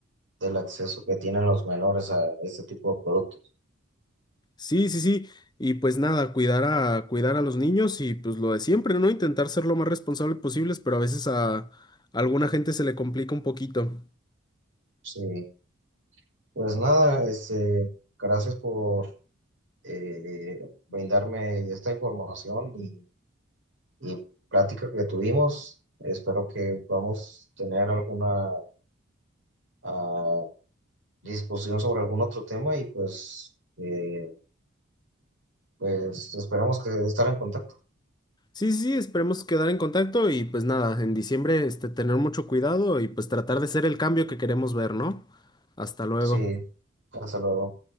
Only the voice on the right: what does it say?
del acceso que tienen los menores a este tipo de productos.
Sí, pues nada, este, gracias por eh, brindarme esta información y, y plática que tuvimos. Espero que podamos tener alguna ah, discusión sobre algún otro tema y pues, eh, pues esperamos que estar en contacto.
Sí, hasta luego.